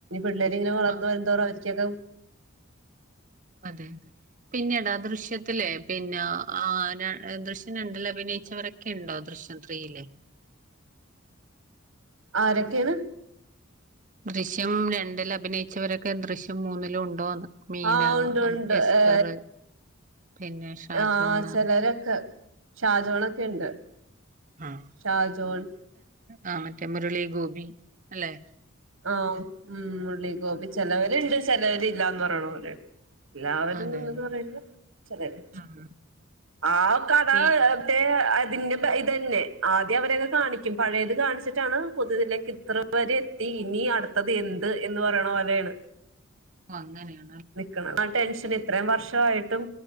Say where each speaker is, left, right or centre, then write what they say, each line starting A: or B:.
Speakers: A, on the right (about 70°); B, on the right (about 40°).
A: പിള്ളേര് ങ്ങനെ വളർന്ന്
B: ആഹ്
A: വരുന്തോറും <unintelligible>
B: അതെ പിന്നെടാ ദൃശ്യത്തില് പിന്നെ ആ ദൃശ്യം രണ്ടില് അഭിനയിച്ചോരൊക്കെ ണ്ടോ ദൃശ്യം ത്രീയില്
A: ആരൊക്കെണ്
B: ദൃശ്യം രണ്ടില് അഭിനയിച്ചവരൊക്കെ ദൃശ്യം മൂന്നിലും ഉണ്ടോന്ന് മീന
A: ആ ഉണ്ട് ഉണ്ട്
B: എസ്തർ
A: ഏ
B: പിന്നെ ഷാജോണ്
A: ആ ചെലോരൊക്കെ ഷാജോണൊക്കെണ്ട്
B: ആഹ്
A: ഷാജോൺ
B: ആ മറ്റേ മുരളി ഗോപി അല്ലെ
A: ആ ഉം മുരളി ഗോപി ചെലോര്ണ്ട് ചെലോര് ഇല്ലന്ന് പറയണോല് എല്ലാവരും
B: അതെ
A: നിന്ന്
B: അതെ
A: <unintelligible> ചെലെത്
B: ആഹ്
A: ആക്ക <unintelligible>
B: ഈ
A: എത്തേഹ് അതിന്റെ ഇതന്നെ ആദ്യം അവരൊക്കെ കാണിക്കും പഴയത് കാണിച്ചിട്ടാണ് പുതുതിലേക്ക് ഇത്ര പേരെ എത്തി ഇനി അടുത്തത് എന്ത് എന്ന് പറയണ പോലെയാണ്
B: ഓ അങ്ങനെയാ
A: നിക്ക്ണത് ആ ടെൻഷൻ ഇത്രയും വർഷവായിട്ടും